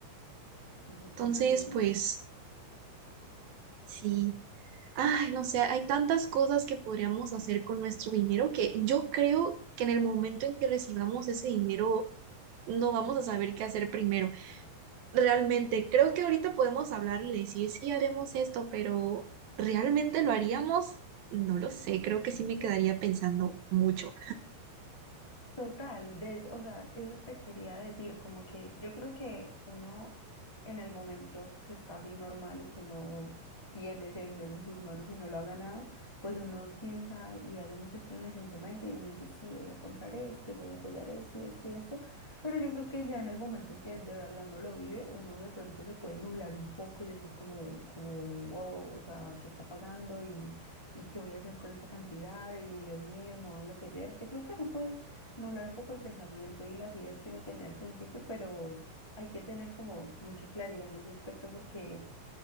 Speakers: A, in the centre; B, on the right.
A: Sí, totalmente.
B: Entonces, pues sí, ay, no sé, hay tantas cosas que podríamos hacer con nuestro dinero que yo creo que en el momento en que recibamos ese dinero no vamos a saber qué hacer primero. realmente creo que ahorita podemos hablar y decir, sí, haremos esto, pero ¿realmente lo haríamos? No lo sé, creo que sí me quedaría pensando mucho.
A: Total, des- o sea, eso te quería decir, como que yo creo que uno en el momento que está así normal y que no tiene ese dinero en sus manos y no lo ha ganado, pues uno piensa y hace muchos planes en su mente y uno dice, sí, voy a comprar esto y voy a apoyar esto y esto y esto, pero yo creo que ya en el momento en que de verdad uno lo vive, uno de pronto se puede nublar un poco y decir como, como, wow, wow, o sea, ¿qué está pasando? Y, y qué voy a hacer con esta cantidad y Dios mío, me voy a enloquecer. Yo creo que eso puede nublar un poco el pensamiento y las ideas que uno tenía al principio, pero hay que tener como mucha claridad en ese aspecto porque